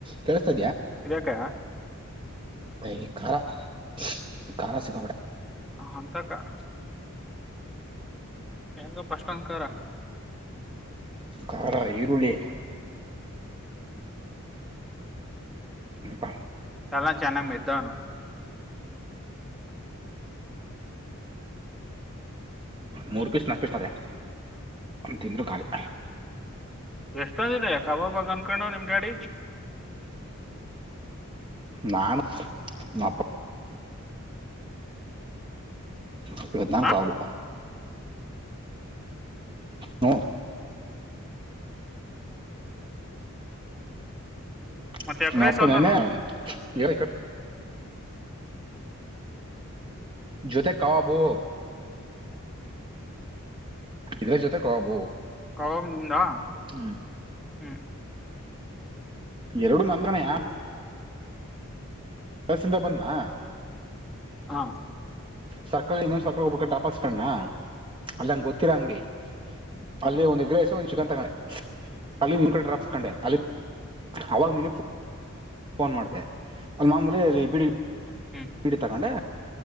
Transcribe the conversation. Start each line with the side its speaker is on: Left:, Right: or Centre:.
Right: ಕೇಳಿಸ್ತಾ
Centre: ಇದಕ್ಕಾ
Right: ಬೈ ಕಾರಾ ರ ಕಾರಾ ಸಿಕ್ಕಾಪಟ್ಟೆ
Centre: ಹಂತ ಕಾರಾ <unintelligible>
Right: ಖಾರಾ ಈರುಳ್ಳಿ <unintelligible>
Centre: ದನಾ ಚೆನ್ನಾಗಿ ಮೈತ್ತು
Right: ಮೂರು ಪೀಸ್ ನಾಲ್ಕು ಪೀಸ್ನದೆೇ ತಿಂದರು ಖಾಲಿ
Centre: ಎಷ್ಟೊಂದಿದೆ ಕಬಾಬ ಅನ್ಕೊಂಡು ನಿಮ್ ಗಾಡಿ
Right: ನಾನು <unintelligible> <unintelligible>
Centre: ಹ
Right: ಕಾವು ಹ್ಮ್
Centre: ಮತ್ತೆ
Right: <unintelligible>
Centre: ಎಗ್ ರೈಸ್ ಒಂದಲ್ಲ
Right: ಜೊತೆಗೆ ಕಾಬು ಇದರ ಜೊತೆ ಕಾಬೂ
Centre: ಕವಾಬ್ ನಿಂದಾ
Right: ಹ್ಮ್
Centre: ಹ್ಮ್
Right: ಎರಡು ನಂದಣೆಯಾ ದಸಿಂದ ಬಂದ್ನಾ
Centre: ಹಾ
Right: ಸರ್ಕಲ್ ಇನ್ನೊಂದ ಸರ್ಕಲ್ ಹೋಗಬಬೇಕ ಟಾಪ್ಸ ಕಾಂಡ ನಾ ಅಲ್ಲಂಗೆ ಗೊತ್ತಿಲ್ಲಾ ಅಂಗಡಿ ಅಲ್ಲಿ
Centre: ಹ್ಮ್
Right: ಒಂದ ಎಗ್ ರೈಸು ಚಿಕನ್ ತಗೊಂಡೆ ಅಲ್ಲಿ ನಿ ಕಡೆ ಡ್ರಾಪ್ಸ್ ಕಂಡೆ ಅಲ್ಲಿ ಅವಾಗ ನಿನಗ ಪೋನ್ ಫೋನ್ ಮಾಡಿದೆ ಅಲ್ಲಿ ಮಾಮೂಲ್ಲಿ ಬಿಡಿ
Centre: ಹ್ಮ್
Right: ಬಿಡಿ ತಗೊಂಡೆ